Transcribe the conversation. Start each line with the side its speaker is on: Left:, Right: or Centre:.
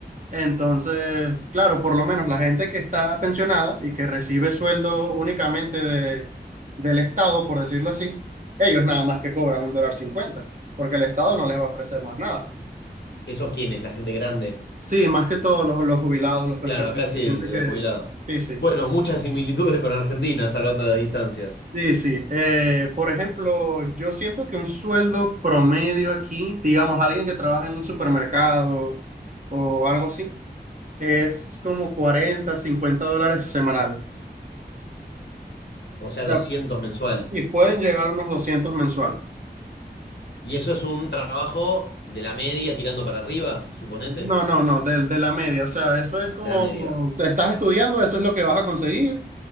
Right: Entonces, claro, por lo menos la gente que está pensionada y que recibe sueldo únicamente de, del Estado, por decirlo así, ellos nada más que cobran un dólar cincuenta, porque el Estado no les va a ofrecer más nada.
Left: ¿Eso quién es? ¿La gente grande?
Right: Sí, más que todo los, los jubilados, los pensionados,
Left: Claro, acá sí,
Right: gente
Left: los
Right: que...
Left: jubilados.
Right: Sí, sí,
Left: Bueno, muchas similitudes con Argentina, salvando las distancias.
Right: sí, sí. Eh, por ejemplo, yo siento que un sueldo promedio aquí, digamos, alguien que trabaja en un supermercado o algo así, es como 40 50 dólares semanal.
Left: O sea,
Right: O sea,
Left: 200 mensual.
Right: y pueden llegar a unos 200 mensual.
Left: Y eso es un trabajo de la media tirando para arriba, suponete.
Right: No, no, no, de, de la media. O sea, eso es como,
Left: De la media.
Right: te estás estudiando, eso es lo que vas a conseguir.